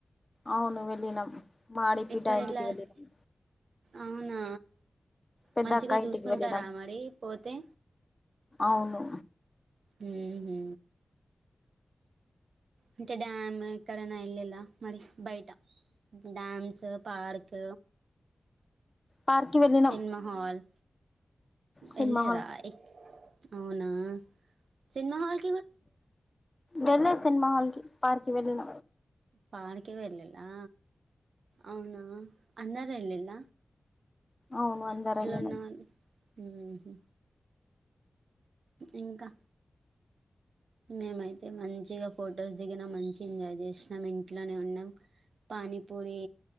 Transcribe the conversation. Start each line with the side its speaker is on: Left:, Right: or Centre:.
Left: అవును వెళ్ళినం మా డి బిడ్డ
Right: ఎక్కడ
Left: ఇంటికి
Right: వెళ్ళారు
Left: వెళ్ళినాం
Right: అవునా
Left: పెద్ద
Right: మంచిగా
Left: అక్క
Right: చూసుకుంటారా
Left: ఇంటికి వెళ్ళినాం
Right: మరి పోతే
Left: అవును
Right: ఉహు అంటే డ్యామ్ ఎక్కడైనా ఎల్లిలా మరి బయట డామ్స్ పార్క్
Left: పార్క్ కి వెళ్ళినాం
Right: సినిమా హాల్
Left: సినిమా
Right: ఎల్లిరా
Left: హాల్
Right: ఎక్ అవునా సినిమా హాల్
Left: వెళ్ళే సినిమా హాల్కి పార్కి వెళ్ళిన
Right: పార్కి వెళ్లేలా అవునా అందరు వెళ్ళళ్ల
Left: అవును అందరెల్లినం
Right: ఉన్న వాళ్ళు ఉహు ఇంకా మేమైతే మంచిగా ఫొటోస్ దిగినాం మంచి ఎంజాయ్ చేసినాం ఇంట్లోనే ఉన్నాం పానిపూరి